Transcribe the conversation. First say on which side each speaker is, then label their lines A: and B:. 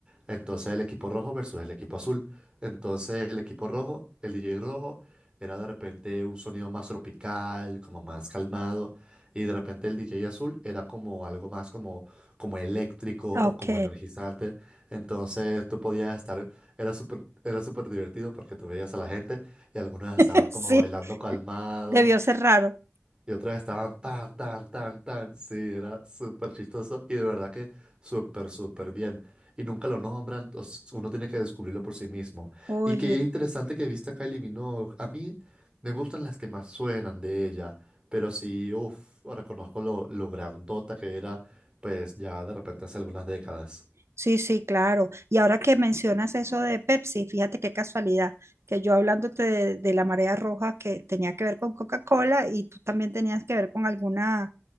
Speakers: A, on the right; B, on the right.
A: Entonces el equipo rojo versus el equipo azul. Entonces el equipo rojo, el DJ rojo era de repente un sonido más tropical, como más calmado, y de repente el DJ azul era como algo más como, como eléctrico
B: Ok,
A: o como energizante. Entonces tú podías estar, era súper, era súper divertido porque tú veías a la gente y algunos estaban
B: <laughs>
A: como
B: sí,
A: bailando calmado,
B: debió ser raro.
A: y otra vez estaban tan, tan, tan, tan. Sí, era súper chistoso y de verdad que súper, súper bien. Y nunca lo nombran, o s- uno tiene que descubrirlo por sí mismo.
B: Oye,
A: Y qué interesante que viste a Kylie Minogue. A mí me gustan las que más suenan de ella, pero sí, uff, reconozco lo, lo grandota que era, pues ya de repente hace algunas décadas.
B: sí, sí, claro. Y ahora que mencionas eso de Pepsi, fíjate qué casualidad, que yo hablándote de, de la marea roja que tenía que ver con Coca-Cola y tú también tenías que ver con alguna,